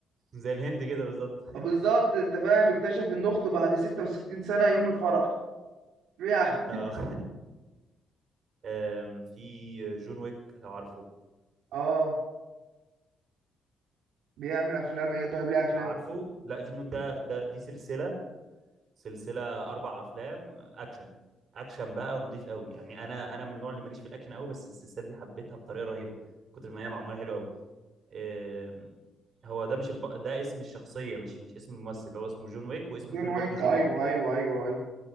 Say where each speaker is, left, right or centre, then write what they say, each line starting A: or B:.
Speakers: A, on the right (about 55°); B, on the right (about 80°).
A: زي الهند كده بالظبط
B: آه بالظبط انت فاهم اكتشف ان اخته بعد 66 سنه يوم الفرح بيع-
A: اه <laughs> آم، في جون ويك لو عارفه
B: اه بيعمل افلام ايه طيب ليه افلام
A: عارفه
B: ايه
A: لا جون ويك ده ده دي سلسله سلسله اربع افلام اكشن اكشن بقى نضيف قوي يعني انا انا من النوع اللي ماليش في الاكشن قوي بس السلسله دي حبيتها بطريقه رهيبه كتر ما هي معموله حلوه قوي آم، هو ده مش الب... ده اسم الشخصيه مش مش اسم الممثل هو اسمه جون ويك واسم
B: جون
A: الفيلم
B: ويك
A: برضه جون
B: ايوه
A: ويك
B: ايوه ايوه ايوه